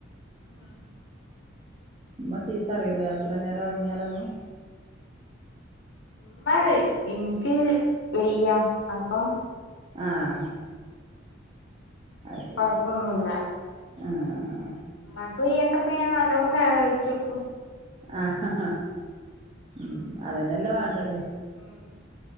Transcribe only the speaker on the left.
<inaudible>
അമ്മ ഇൻക്ക് വയ്യ അപ്പ
കൊഴപ്പൊന്നുല്ല
ഇമ്മാക്ക് വയ്യാത്തപ്പം ഞാൻ നല്ലോ സഹായിച്ചൊട്ക്കും
ഉം